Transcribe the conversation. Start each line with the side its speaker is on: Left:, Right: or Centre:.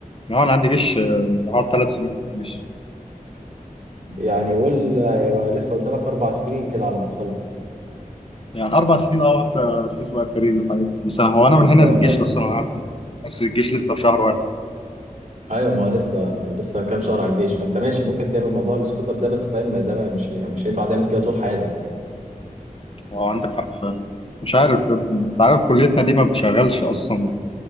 Left: اه انا عندي جيش آه، قعدت ثلاث سنين في الجيش
Right: يعني قول هيبقى لسه قدامك اربع سنين كده على ما تخلص
Left: يعني اربع سنين اه في شوف بقى الكارير والحاجات دي. بس أنا- هو انا من هنا
Right: طب
Left: للجيش
Right: ما
Left: بس انا عندي بس الجيش لسه في شهر واحد
Right: ايوه ما هو لسه لسه كام شهر على الجيش فانت ماشي ممكن تعمل موضوع السكوتر ده بس فاهم ما ده ما- مش يعني مش هينفع تعمل كده طول حياتك
Left: هو عندك حق فعلا مش عارف يا ابني انت عارف كليتنا دي ما بتشغلش اصلا